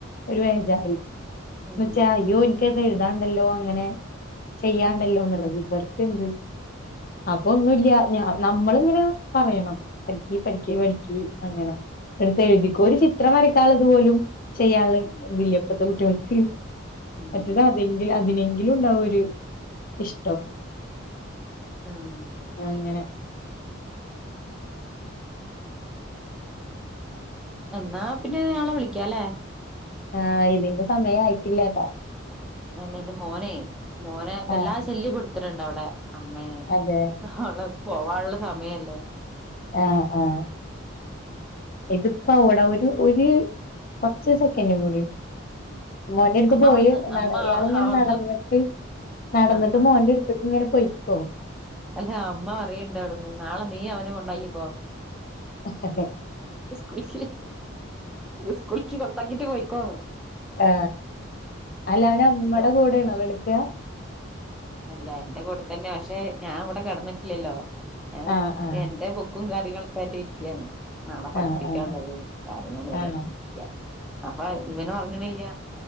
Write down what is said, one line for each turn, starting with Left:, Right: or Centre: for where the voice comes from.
Left: ഒരു വെജാർ എന്നചാ
Centre: ഉം
Left: അയ്യോ ആയോ എനക് അത് എഴുതാനുണ്ടാലോ അങ്ങനെ ചെയ്യാണ്ടല്ലോന്നുള്ളത് ഇവർക്കെന്ത് അപ്പൊ ഒന്നുല്ല്യ നമ്മളിങ്ങനെ പറയണം പഠിക്കി പഠിക്കി
Centre: ഉം
Left: അങ്ങനെഎടുത്ത് എഴുതിക്ക ഒരു ചിത്രം വരക്കാുള്ളത്പോലും ചെയ്യാുള്ള
Centre: ഉം
Left: ഇതില്ല്യ ഇപ്പത്തെ കുട്ട്യോൾക്
Centre: ഉം
Left: മറ്റേത് അതെങ്കിൽ അതിനെ എതിലും ഉണ്ടാവും ഒരു ഇഷ്ടം
Centre: ആഹ്
Left: അങ്ങനെ
Centre: എന്നാ പിന്നെ നാളെ വിളിക്കാലേ
Left: ആ ഇതിന്റെ സമയം ആയിട്ടില്ലട്ടോ
Centre: അല്ല എന്റെ മോനെ മോനെ വല്ലാതെ
Left: ആഹ്
Centre: ശ്യല്യപെടുത്തിണിണ്ട് അവടെ അമ്മേ
Left: അതെ
Centre: നാളെ പോവാനുള്ള സമയല്ലേ
Left: ആ ആ ഇതിപ്പൂട ഒരു ഒരു കുറച്ച് സെക്കൻഡ കൂടി
Centre: ഉം.
Left: മോന എടുത്ത്
Centre: അമ്മ
Left: പോയി
Centre: അവിടുന്ന്
Left: നട
Centre: അമ്മ
Left: ഇയാള ഇങ്ങനെ
Centre: അവിടുന്ന്
Left: നടന്നിട്ട് നടന്നിട്ട്
Centre: ആഹ് ആഹ്
Left: മോന്റെ അടുത്തേക്ക് ഇങ്ങനെ പോൊയിക്കോ
Centre: അല്ല അമ്മ അറണ്ട അവിടന്ന് നാളെ നീ അവനെ കൊണ്ടാക്കിിക്കന്ന്
Left: ഓക്കെെ
Centre: കൂകൂൾക്ക് കൊത്താക്കിട്ട് പോയിക്കോ
Left: ആ അല്ല അവന അമ്മടെ
Centre: ഇതോ
Left: കൂടെണോ കടുക്കയാ
Centre: അല്ല എന്റെ കൂടെ തന്നെ പക്ഷെ ഞാൻ ഇവിടെ കിടന്നിട്ടില്ലല്ലോ ഏ
Left: ആഹ് ആഹ്.
Centre: എന്റെ ബുക്കും കാര്യങ്ങളൊക്കെ ആട്ടി ഇരിക്കുകന്ന് നാളെ പഠിക്കാനുള്ളത്
Left: ആഹ് ആഹ്
Centre: കാര്യങ്ങള
Left: ആഹ്.
Centre: പിക്ക അപ്പൊ ഇവന പററങ്ങണില്ല